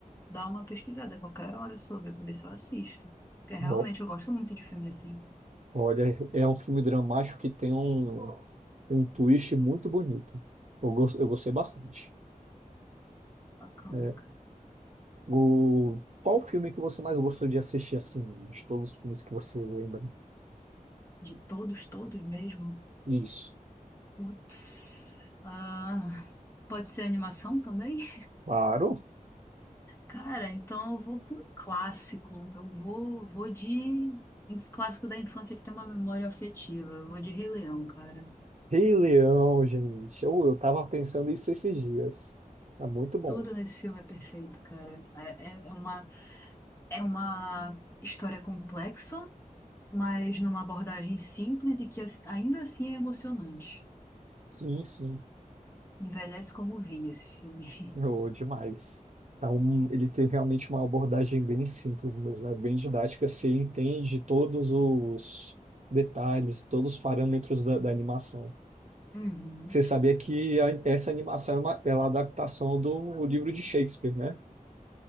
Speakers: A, on the left; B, on the right.
A: dar uma pesquisada a qualquer hora sobre, pra ver se eu assisto. Porque realmente
B: Ó,
A: eu gosto muito de filme assim.
B: Olha, é um filme dramático que tem um, um twist muito bonito. Eu, gos- eu gostei bastante.
A: Bacana,
B: É,
A: cara.
B: O... Qual o filme que você mais gostou de assistir assim? Acho que todos os filmes que você lembra.
A: De todos, todos mesmo.
B: Isso.
A: Putz. Ah, pode ser animação também?
B: Claro.
A: Cara, então eu vou com um clássico. Eu vou, vou de um clássico da infância que tem uma memória afetiva. Eu vou de Rei Leão, cara.
B: Rei Leão, gente. Eu, eu tava pensando isso esses dias. É muito bom.
A: Tudo nesse filme é perfeito, cara. É, é- é uma, é uma história complexa, mas numa abordagem simples e que as- ainda assim é emocionante.
B: Sim, sim.
A: Envelhece como vinho esse filme. <laughs>
B: Oh, demais. Então, ele tem realmente uma abordagem bem simples mesmo, é bem didática. Você entende todos os detalhes, todos os parâmetros da, da animação.
A: Uhum.
B: Você sabia que a- essa animação é uma, ela é a adaptação do livro de Shakespeare, né?